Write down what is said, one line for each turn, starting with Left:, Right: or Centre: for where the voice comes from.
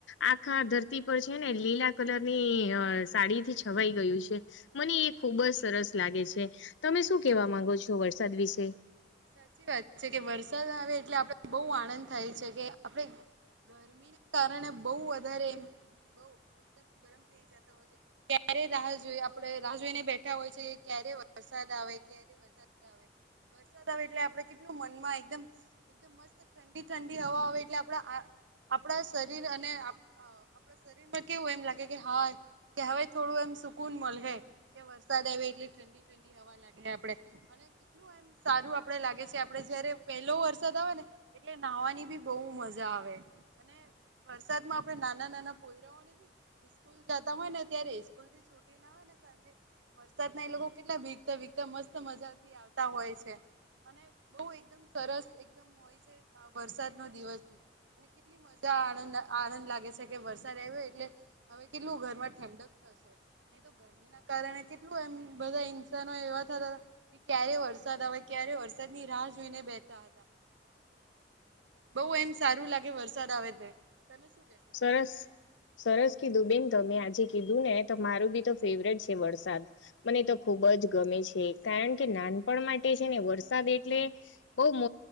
Left: આખા ધરતી પર છે ને લીલા કલર ની અ સાડી થી છવાઈ ગયું છે મને એ ખુબ જ સરસ લાગે છે. તમે શું કેવા માંગો છો વરસાદ વિશે.
Right: સાચી વાત છે કે વરસાદ આવે એટલે આપડ બહુ આનંદ થાય છે કે આપડે ગરમી ના કારણે બહુ વધારે એમ બહુ એકદમ. ગરમ થઈ જતા હોય છે ક્યારે રાહ જોઈ આપણે રાહ જોઈને બેઠા હોય છે ક્યારે વરસાદ આવે. ક્યારે વરસાદ આવે, વરસાદ આવે એટલે આપડ કેટલું મનમાં એકદમ એકદમ મસ્ત ઠંડી ઠંડી હવા આવે એટલે આપડા આ આપણા શરીર અને આ અ આપણા શરીરમાં કેવું એમ લાગે કે હા કહેવાય થોડું એમ. સુકૂન મલહે કે વરસાદ આવે એટલે ઠંડી ઠંડી હવા લાગે આપડે અને કેટલું એમ. સારું આપડે લાગે છે આપડે જયારે પહેલો વરસાદ આવે ને એટલે નાહવાની બી બહુ મજા આવે. અને. વરસાદ માં આપડે નાના નાના પોઈરા ઓ ને બી ઈસ્કૂલ જતા હોય ને ત્યારે ઈ સ્કૂલ થી છુટી ને આવે ને. સાંજે વરસાદના એ લોકો કેટલા ભીગતા ભીગતા મસ્ત મજાથી આવતા હોય છે. અને બહુ એકદમ સરસ એકદમ હોય છે, આ વરસાદ નો દિવસ ભી અને કેટલી મજા આવે. આનંદ લા આનંદ લાગે છે, કે વરસાદ આવ્યો એટલે હવે કેટલું ઘરમાં ઠંડક થશે નહી. ગરમી ના કારણે કેટલું એમ બધા ઇન્સાનો એવા થતા કે ક્યારે વરસે. વરસાદ હવે ક્યારે વરસાદ ની રાહ જોઈને બેતા હતા. બઉ એમ સારું લાગે વરસાદ આવે તે. તમે શું કેશો
Left: સરસ સરસ કીઘુ બેન. તમે આજે કીધું ને તો મારું બી તો ફેવરેટ છે, વરસાદ મને તો ખુબ જ ગમે છે. કારણ કે નાનપણ માટે છે, ને વરસાદ એટલે બહુ મ